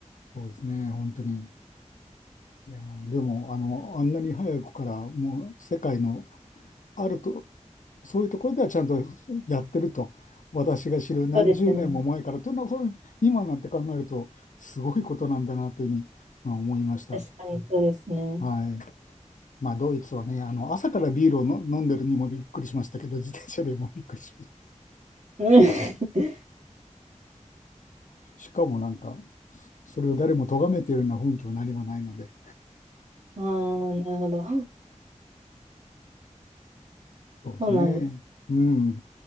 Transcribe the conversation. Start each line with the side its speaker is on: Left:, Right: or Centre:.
Left: そうですね、本当に。いやー、でも、あの、あんなに早くから、もう、世界のあると、そういうところではちゃんとやってると、私が知る何十年も前からというのは、
Right: そうですよね。
Left: それ今なんて考えると、すごいことなんだなというふうに、まあ、思いました。
Right: 確かにそうですね。
Left: はい。まあ、ドイツはね、あの、朝からビールをの飲んでるにもびっくりしましたけど、自転車でもびっくりしました。
Right: <laughs>
Left: しかもなんか、それを誰も咎めているような雰囲気も何もないので、
Right: うん。<laughs> ああ、なるほど。
Left: そうですね。
Right: そうなんです
Left: うん。